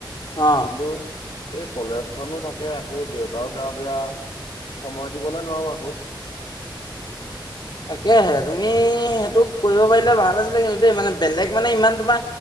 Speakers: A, on the left (about 60°); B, on the left (about 80°).
A: অ
B: কিন্তু এই কলেজ মানো থাকে ত দেউতাও গা বেয়া সময় দিবলৈ নোৱাৰো আকৌ <unintelligible>
A: তাকেহে তুমি সেইটো কৰিব পাৰিলে ভাল আছিলে কিন্তু দেই মানে বেলেগ মানে ইমান তোমাৰ